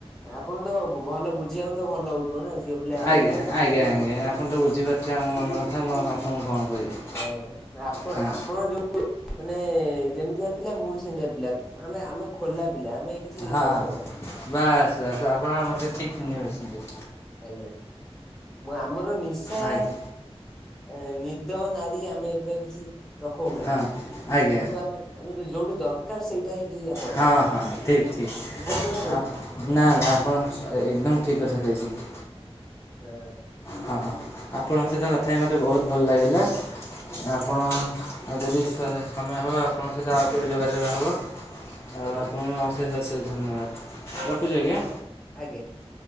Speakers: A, in the centre; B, on the left.
A: ଆପଣ ତ ବ ଭଲ ବୁଝିବାକୁ ତ ଭଲ ହଉଥିବ ନା ଝିଅ ପିଲା
B: ଆଜ୍ଞା
A: ଅଧିକା ଅଛନ୍ତି।
B: ଆଜ୍ଞା ଆଜ୍ଞା ଆପଣ ତ ବୁଝିପାରୁଥିବେ ଆମ ମନ କଥା ମୁଁ ଆପଣଙ୍କୁ କଣ କହିବି?
A: ଯାହା ହଉ ଆପଣ
B: ହଁ
A: ଆପଣ ଯୋଉ ମାନେ ଯେମିତିକା ପିଲା ମୁଁବି ସେମିତିଆ ପିଲା ଆମେ ଆମେ ଖୋଲା ପିଲା ଆମେ କିଛି
B: ହଁ
A: ରଖଉନା।
B: ବାସ୍ ବାସ୍ ଆପଣମାନେ ମୋତେ ଠିକ୍ ଚିହ୍ନି ପାରୁଛନ୍ତି
A: ଆଜ୍ଞା ମୁ ଆମର ନିଶା
B: ଆଜ୍ଞା
A: ଏ ନିଦହ ନାରୀ ଆମେ ଏଗୁରା କିଛି ରଖଉ ନାହିଁ
B: ହଁ ଆଜ୍ଞା
A: କିନ୍ତୁ ଆମେ ଆମେଯି ଯୋଉଠି ଦରକାର ସେଇଟା ସେଇଠି ଆପଣାଉ
B: ହଁ ହଁ ଠିକ ଠିକ
A: ଭୁଲ କଥା କହିଲି।
B: ଆ ନା ନା ଆପଣ ଏକଦମ ଠିକ କଥା ଦେଇଛନ୍ତି
A: ହଁ
B: ହଁ ହଁ ଆପଣଙ୍କ ସହିତ କଥା ହେଇ ମୋତେ ବହୁତ ଭଲ ଲାଗିଲା
A: ହଁ
B: ଆପଣ ଆଉ ଯଦି ସମ ସମୟ ହେବ ଆପଣଙ୍କ ସହିତା ଆଉ କେବେ ଯୋଗାଯାଯୋଗ ହେବ ଆଉ
A: ଆଜ୍ଞା
B: ଆପଣ ସେଷ ଅ ସେଷ ଧନ୍ୟବାଦ ରଖୁଛି ଆଜ୍ଞା
A: ଆଜ୍ଞା